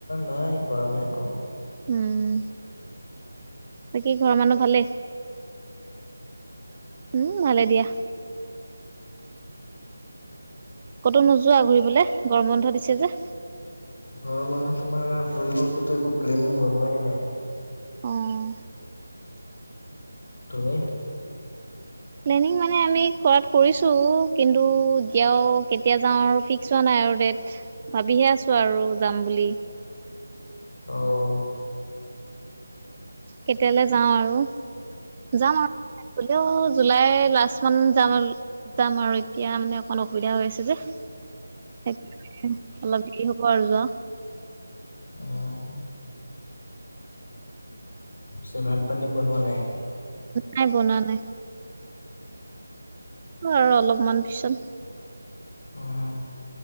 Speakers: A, on the left; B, on the right.
A: নাই কৰা নাই একো।
B: উম। বাকী কি ঘৰৰ মানুহ ভালে? উম, ভালে দিয়া। ক'তো নোযোৱা ঘূৰিবলৈ গৰম বন্ধ দিছে যে?
A: গৰম বন্ধ তোমাৰ ফুৰিব ক'তো একো প্লেনিং বনোৱাই নাই।
B: উম।
A: তুমি?
B: প্লেনিং মানে আমি কৰাত কৰিছো। কিন্তু এতিয়া আৰু কেতিয়া যাওঁ আৰু ফিক্স হোৱা নাই আৰু ডেট। ভাবিহে আছো আৰু যাম বুলি।
A: আহ।
B: কেতিয়ালৈ যাওঁ আৰু! যাম আৰু গ'লেও জুলাই লাষ্ট মান যাম যাম আৰু এতিয়া মানে অকমান অসুবিধা হৈ আছে যে। সেয়েহে অলপ দেৰি হ'ব আৰু যোৱা।
A: আহ। চ' ভাত পানী বনোৱা নাই?
B: নাই বনোৱা নাই। আৰু অলপমান পিছত।
A: উম।